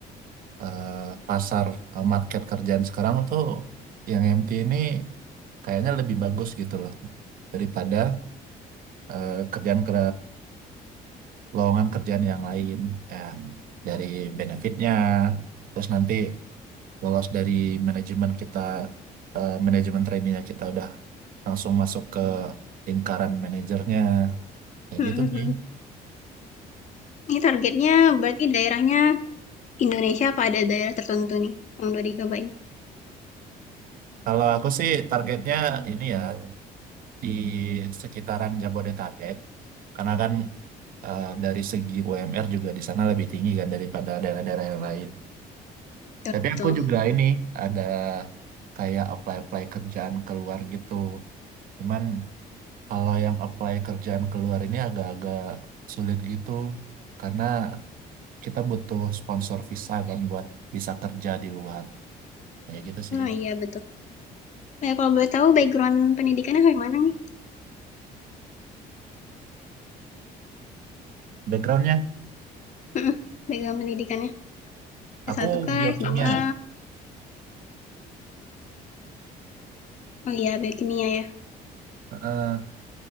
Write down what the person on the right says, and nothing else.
eh, pasar eh, market kerjaan sekarang tuh yang MT ini kayaknya lebih bagus gitu loh daripada eh, kerjaan ke lowongan kerjaan yang lain kayak dari benefitnya terus nanti lolos dari manajemen kita eh, manajemen trainee kita udah langsung masuk ke lingkaran manajernya kayak
gitu sih
kalau aku sih targetnya ini ya di sekitaran Jabodetabek karena kan eh, dari segi UMR juga di sana lebih tinggi kan daripada daerah-daerah yang lain.
Tapi
aku juga ini ada kayak apply-apply kerjaan keluar gitu. Cuman kalau yang apply kerjaan keluar ini agak-agak sulit gitu karena kita butuh sponsor visa kan buat bisa kerja di luar. Kayak gitu sih.
Backgroundnya,
aku
biokimia.
Eh,